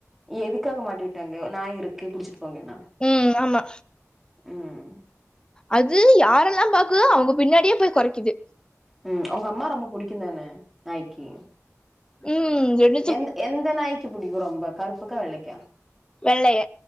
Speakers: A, in the centre; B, on the left.
A: எதுக்காக மாட்டி விட்டாங்க நாய் இருக்கு புடிச்சிட்டு போங்கன்னா
B: ம் ஆமா
A: ம்
B: அது யாரெல்லா பாக்குதோ அவுங்க பின்னாடியே போய் கொறைக்குது
A: ம் அவுங்க அம்மா ரொம்ப புடிக்குந்தான நாய்க்கு
B: ம் <unintelligible>
A: எந்த எந்த நாய்க்கு புடிக்கு ரொம்ப கருப்புக்கா வெள்ளைக்கா
B: வெள்ளைய